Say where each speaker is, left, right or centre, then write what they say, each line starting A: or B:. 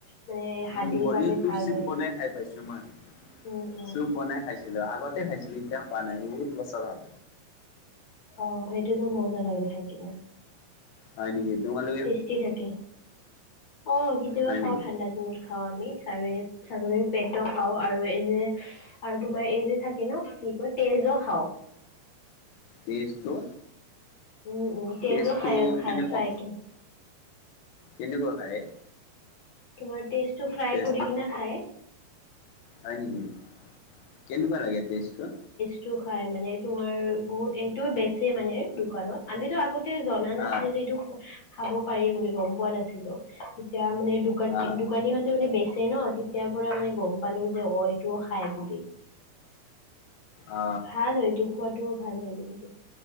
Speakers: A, on the left; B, on the left.
A: মানে হাৰ্ডিৰ
B: উম ভৰিতো
A: কাৰণে ভাল
B: চুপ
A: হয় এইটো
B: বনাই খাই পাইছো মই
A: উম উম
B: চুপ বনাই খাইছোঁ কিন্তু আগতে খাইছিলোঁ এতিয়া খোৱা নাই বহুত বছৰ ‌হল‌
A: অহ সেইটোতো মজা লাগে খাই কিনে
B: হয় নেকি তোমালোক
A: টেষ্টি থাকে অহ কেতিয়াবা
B: হয়
A: খাওঁ
B: নেকি
A: ঠাণ্ডা দিনত খাওঁ আমি আৰু এই ছাগলীৰ পেটু খাওঁ আৰু এই যে আৰু তোমাৰ এই যে থাকে ন কি কয় তেজো খাওঁ
B: তেজটো
A: উম, উম, তেজো
B: তেজটো
A: খাই খাই
B: কেনেকুৱা
A: ফ্ৰাই কৰি
B: কেনেকুৱা খায়
A: তোমাৰ টেষ্টটো ফ্ৰাই
B: টেষ্টটো
A: কৰি কিনে খাই
B: হয় নেকি কেনেকুৱা লাগে টেষ্টটো
A: সেইটো খাই মানে তোমাৰ বহুত সেইটো বেছি মানে দোকানত আমিতো আগতে আগতে‌ জনা নাছিলো
B: আ
A: যে এইটো খাব পাৰি বুলি গম পোৱা নাছিলো এতিয়া মানে‌এইটো দোকান
B: আ
A: দোকানীহঁতে মানে বেছে ন তেতিয়া পৰা মানে গম পালো যে অ এইটো খাই বুলি
B: আ
A: ভাল হয় এইটো খোৱাতটোও ভাল হয় কিন্তু